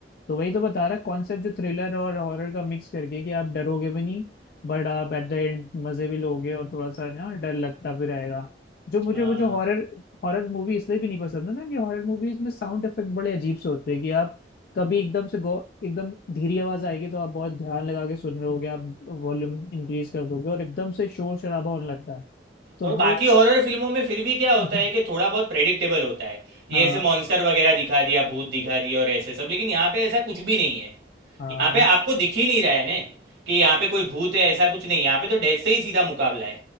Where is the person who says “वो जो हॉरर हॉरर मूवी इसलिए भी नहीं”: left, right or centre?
Left